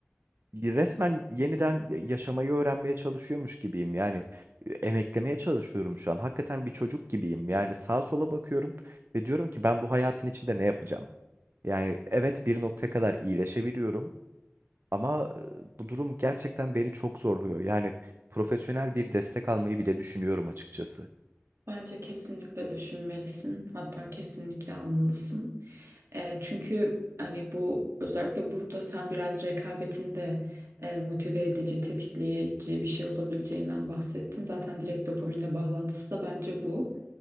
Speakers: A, on the right (about 60°); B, on the right (about 75°).
A: resmen yeniden yaşamayı öğrenmeye çalışıyormuş gibiyim. Yani e, emeklemeye çalışıyorum şu an. Hakikaten bir çocuk gibiyim. Yani sağa sola bakıyorum ve diyorum ki ben bu hayatın içinde ne yapacağım? Yani evet bir noktaya kadar iyileşebiliyorum. Ama e, bu durum gerçekten beni çok zorluyor. Yani profesyonel bir destek almayı bile düşünüyorum açıkçası.
B: Bence kesinlikle düşünmelisin. Hatta kesinlikle almalısın. E, çünkü hani bu özellikle burada sen biraz rekabetin de e, motive edici, tetikleyici bir şey olabileceğinden bahsettin. Zaten direkt dopaminle bağlantısı da bence bu.